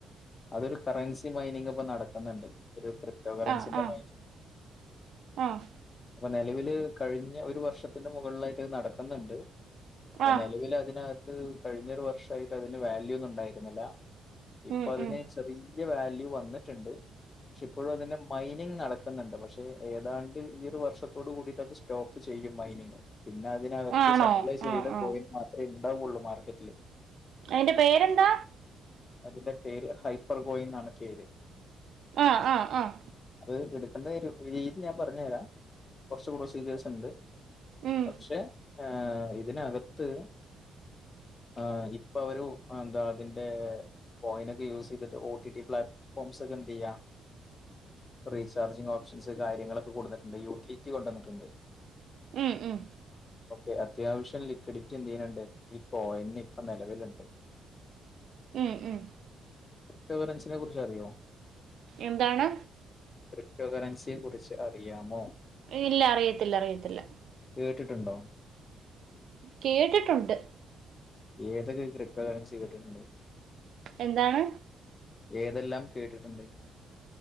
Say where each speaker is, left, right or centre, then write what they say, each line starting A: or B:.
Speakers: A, on the left; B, on the right.
A: അതൊരു കറൻസി മൈനിങ് ഇപ്പ നടക്കുന്നുണ്ട് ഒരു കൃത്യ ഹിറ്റോ കറൻസിന്റെ
B: ആഹ് ആഹ്
A: മയ്നിങ്.
B: ആഹ്
A: അപ്പൊ നിലവില് കഴിഞ്ഞ ഒരു വർഷത്തിന്റെ മുകളിലായിട്ട്ത് നടക്കുന്നുണ്ട്. അപ്പൊ
B: ആഹ്
A: നിലവില് അതിനകത്ത് കഴിഞ്ഞൊരു വർഷായിട്ട് അതിന് വാല്യൂ ഒന്നും ഉണ്ടായിരുന്നില്ല. ഇപ്പ
B: ഉം
A: അതിന്
B: ഉം
A: ചെറിയ വാല്യൂ വന്നിട്ടുണ്ട്. പക്ഷെ ഇപ്പോഴും അതിന്റെ മൈനിങ് നടക്കുന്നുണ്ട് പക്ഷെ ഏതാണ്ട് ഈ ഒരു വർഷത്തോട് കൂടിയിട്ട് അത് സ്റ്റോ ചെയ്യും മൈനിങ് പിന്നെ അത് ഇതിനകത്ത്
B: ആണോ
A: സപ്ലൈ ചെയ്ത
B: ആഹ് ആഹ്
A: കോയിന് മാത്രമേ ഉണ്ടാവുള്ളൂ മാർക്കറ്റില്.
B: അയ്ന്റെ പേരെന്താ?
A: അതിന്റെ പേര് ഹൈപ്പർഗോയിന്നാണ് പേര്.
B: ആഹ് ആഹ് ആഹ്
A: അത് എടുക്കേണ്ട ഒരു രീതി ഞാൻ പറഞ്ഞഞ് തരാം കുറച്ച് പ്രൊസീജിയേഴ്സ് ഉണ്ട്.
B: ഉം
A: പക്ഷെ ഏ ഇതിനകത്ത്. ആഹ് ഇപ്പ ഒരു ആ എന്താ അതിന്റെ. പോയിനൊക്കെ യൂസ് ചെയ്തിട്ട് ഒ ടി ടി പ്ലാറ്റ്ഫോംസ് ഒക്കെ എന്ത് ചെയ്യാ. റീചാർജിംഗ് ഓപഷസ് കാര്യങ്ങളക്കെ കൊടുന്ന്ണ്ട്ന്ണ്ട് യൂറ്റിലിറ്റികൊണ്ടന്ന്ട്ടുണ്ട്.
B: ഉം ഉം
A: ഓക്കെ അത്യാവശ്യം ലിക്വിഡിറ്റി എന്ത്‌ ചെയ്യന്ണ്ട് ഈ കോയിൻ ഇപ്പൊ നിലവിലുണ്ട്.
B: ഉം ഉം
A: ക്രിപ്റ്റോ കറൻസിനെ കുറിച്ച് അറിയോ?
B: എന്താണ്.
A: ക്രിപ്റ്റോ കറൻസിയെ കുറിച്ച് അറിയാമോ?
B: ഇല്ല അറിയത്തില്ല അറിയത്തില്ല.
A: കേട്ടിട്ടുണ്ടോ?
B: കേട്ടിട്ടുണ്ട്.
A: ഏതൊക്കെ ക്രിപ്റ്റോകറൻസി കേട്ടിട്ടുണ്ട്?
B: എന്താണ്.
A: ഏതെല്ലാം കേട്ടിട്ടുണ്ട്?